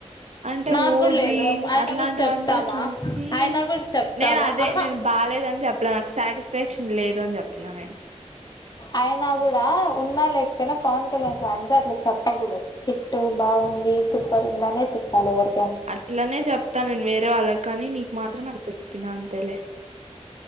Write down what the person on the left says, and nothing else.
నాకు
కూడా లేదు ఆయన
కూడా చెప్తామా
ఆయన కూడా చెప్తామా
ఆహా
అయనా కూడా ఉన్నా లేకపోయినా పవన్ కళ్యాణ్ ఫ్యాన్స్ అట్లా చెప్పకూడదు హిట్ బాగుంది సూపర్ ఉంద అనే చె పాలే వర్